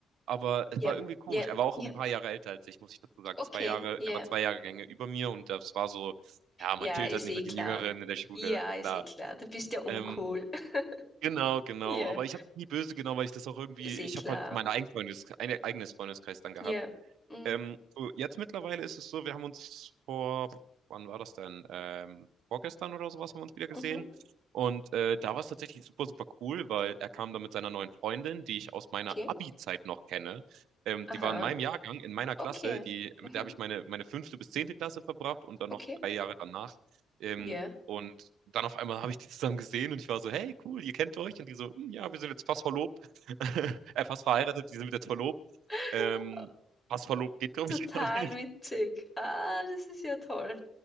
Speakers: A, on the right; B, on the left.
A: aber es
B: ja,
A: war irgendwie komisch.
B: ja,
A: Er war auch
B: ja,
A: ein paar Jahre älter als ich, muss ich dazu sagen.
B: okay,
A: Zwei Jahre,
B: ja,
A: er war zwei Jahrgänge über mir und das war so, ja, man
B: ja,
A: chillt
B: ist
A: halt nicht
B: eh
A: mit
B: klar.
A: den Jüngeren in der Schule,
B: Ja, ist
A: klar.
B: eh klar, du bist ja uncool.
A: Ähm,
B: <laughs>
A: genau, genau.
B: Ja,
A: Aber ich habe nie böse genommen, weil ich das auch irgendwie,
B: ist eh
A: ich
B: klar.
A: habe halt meinen eigenen Freundes, ein- eigenes Freundeskreis dann gehabt.
B: Ja, mm,
A: Ähm, so jetzt mittlerweile ist es so, wir haben uns vor, wann war das denn? Ähm, vorgestern oder sowas haben wir uns wieder gesehen.
B: mhm,
A: Und äh, da war es tatsächlich super, super cool, weil er kam da mit seiner neuen Freundin, die ich aus meiner
B: okay,
A: Abi-Zeit noch kenne. Ähm,
B: aha,
A: die war in meinem Jahrgang, in meiner Klasse,
B: okay,
A: die,
B: mhm,
A: mit der habe ich meine, meine fünfte bis zehnte Klasse verbracht und dann noch
B: okay,
A: drei Jahre danach. Ähm,
B: ja.
A: und dann auf einmal habe ich die zusammen gesehen und ich war so, hey, cool, ihr kennt euch. Und die so, "Hm, ja, wir sind jetzt fast verlobt, <laughs> äh, fast verheiratet, die sind jetzt verlobt.
B: <laughs>
A: Ähm, Passverlob geht, glaube
B: Total
A: ich, <laughs> gar nicht.
B: witzig. Ah, das ist ja toll.